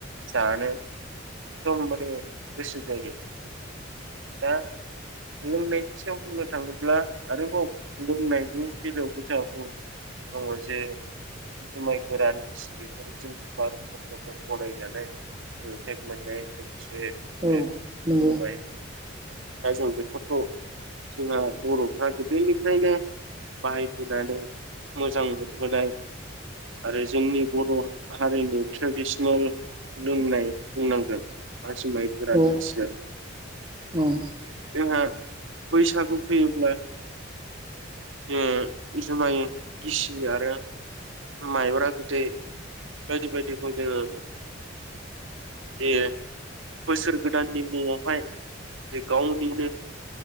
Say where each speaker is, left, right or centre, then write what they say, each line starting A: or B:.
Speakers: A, on the right; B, on the right.
A: जानो एकदम माने गोसो जायो। दा लोंनायनि सिगां बुंनो थाङोब्ला आरोबाव लोंनायनि बेलायावबो <unintelligible> दङ जे जुमाय गोरान गिसि बेफोरो जोंनि भारत सरकारजों गनाय जानाय जि अ टेक मोननाय मोनसे <unintelligible>
B: औ
A: दा
B: नंगौ
A: जों बेफोरखौ जोंहा बर'फ्रा गोदोनिफ्रायना बाहायबोनानै मोजां मोनबोनाय आरो जोंनि बर' हारिनि ट्रेडिसनेल लोंनाय बुंनांगोन <unintelligible> गोरान
B: औ
A: गिसिया
B: ओं
A: जोंहा बैसागु फैयोब्ला जों जुमाय गिसि आरो माइब्रा बिदै बायदि बायदिखौ जोङो जे बोसोर गोदाननि मुङावहाय जे गावनिनो